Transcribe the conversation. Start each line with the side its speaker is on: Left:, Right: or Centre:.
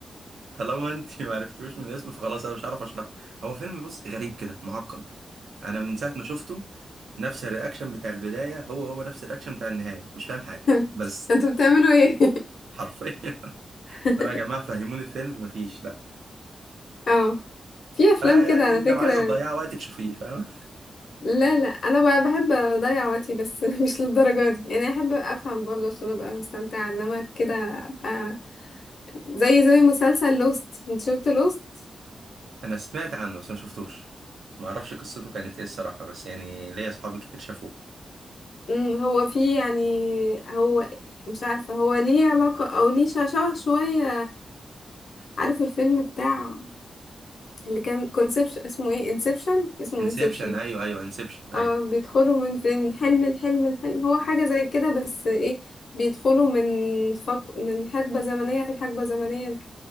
Right: طالما انت ما عرفتوش من اسمه فخلاص انا مش هعرف اشرحه هو فيلم بص غريب كده معقد انا من ساعة ما شفته نفس الرياكشن بتاع البداية هو هو نفس الرياكشن بتاع النهاية مش فاهم حاجة
Left: <laughs>
Right: بس
Left: انتوا بتعملوا ايه
Right: حرفيا <laughs>
Left: <laughs>
Right: لو يا جماعة فهموني الفيلم مفيش لا
Left: اه في افلام
Right: فيعني
Left: كده على فكرة
Right: لو عايزة تضيع وقتك شوفيه فاهم
Left: لا لا انا بقى بحب اضيع وقتي بس <laughs> مش للدرجة دي يعني احب افهم برضه عشان ابقى مستمتعة انما كده ابقى زي زي مسلسل لوست انت شفت لوست
Right: انا سمعت عنه بس ما شفتوش ما اعرفش قصته كانت ايه الصراحه بس يعني ليا اصحابي كتير شافوه
Left: امم هو في يعني هو مش عارفة هو ليه علاقة او ليه ش- شبه شوية عارف الفيلم بتاع اللي كان كونسبشن اسمه ايه انسبشن اسمه
Right: انسبشن
Left: انسبشن
Right: ايوه ايوه انسبشن ايوه
Left: اه بيدخلوا من في من حلم لحلم لحلم هو حاجة زي كده بس ايه بيدخلوا من فق... من حقبة زمنية لحقبة زمنية لك-